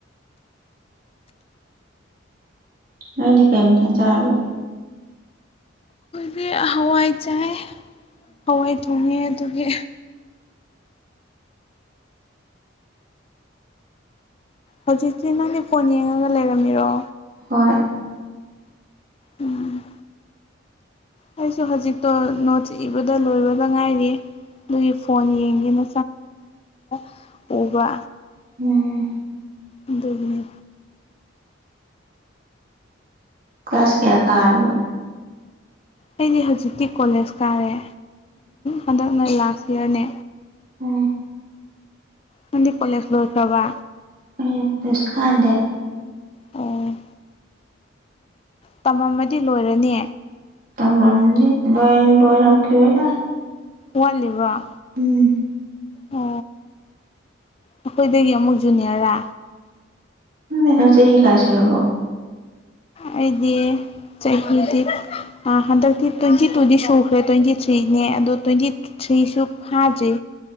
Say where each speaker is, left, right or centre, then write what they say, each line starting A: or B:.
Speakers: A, on the right; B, on the left.
A: ꯅꯪꯗꯤ ꯀꯩ ꯃꯊꯦꯜ ꯆꯔꯕꯣ
B: ꯗꯤ ꯍꯋꯥꯏ ꯆꯥꯏ ꯍꯋꯥꯏ ꯊꯣꯡꯉꯦ ꯑꯗꯨꯒꯤ ꯍꯧꯖꯤꯛꯁꯤ ꯅꯪꯗꯤ ꯐꯣꯟ ꯌꯦꯡꯉꯒ ꯂꯩꯔꯝꯃꯤꯔꯣ
A: ꯍꯣꯏ
B: ꯎꯝ ꯑꯩꯁꯨ ꯍꯧꯖꯤꯛꯇꯣ ꯅꯣꯠꯁ ꯏꯕꯗ ꯂꯣꯏꯕꯗ ꯉꯥꯏꯔꯤ ꯑꯗꯨꯒꯤ ꯐꯣꯟ ꯌꯦꯡꯒꯦꯅ <unintelligible> ꯎꯕ
A: ꯎꯝ
B: ꯑꯗꯨꯒꯤꯅꯦ
A: ꯀ꯭ꯂꯥꯁ ꯀꯌꯥ ꯀꯥꯔꯕꯣ
B: ꯑꯩꯗꯤ ꯍꯧꯖꯤꯛꯇꯤ ꯀꯣꯂꯦꯖ ꯀꯥꯔꯦ ꯍꯟꯗꯛꯅ ꯂꯥꯁ ꯏꯌꯥꯔꯅꯦ
A: ꯎꯝ
B: ꯅꯪꯗꯤꯀꯣꯂꯦꯖ ꯂꯣꯏꯈ꯭ꯔꯕ
A: ꯑꯩ ꯀꯣꯂꯦꯖ ꯀꯥꯗꯦ
B: ꯑꯣ ꯎꯝ ꯇꯝꯃꯝꯃꯗꯤ ꯂꯣꯏꯔꯅꯤ
A: ꯇꯝꯔꯝꯗꯤ ꯂꯣꯏꯔ ꯂꯣꯏꯔꯝꯈꯤꯔꯣꯏꯗ
B: ꯋꯥꯠꯂꯤ ꯕꯔ꯭
A: ꯎꯝ
B: ꯑꯣ ꯑꯩꯈꯣꯏꯗꯒꯤ ꯑꯃꯨꯛ ꯖꯨꯅꯤꯌꯔꯥ
A: ꯈꯪꯗꯦ ꯅꯪ ꯆꯍꯤ ꯀꯥꯏ ꯁꯨꯔꯕꯣ
B: ꯑꯩꯗꯤ ꯆꯍꯤꯗꯤ ꯍꯟꯗꯛꯇꯤ ꯇꯣꯏꯟꯇꯤ ꯇꯨꯗꯤ ꯁꯨꯈ꯭ꯔꯦ ꯇꯣꯏꯟꯇꯤ ꯊ꯭ꯔꯤꯅꯦ ꯑꯗꯣ ꯇꯣꯏꯟꯇꯤ ꯊ꯭ꯔꯤꯁꯨꯨ ꯐꯥꯗꯔ꯭ꯤ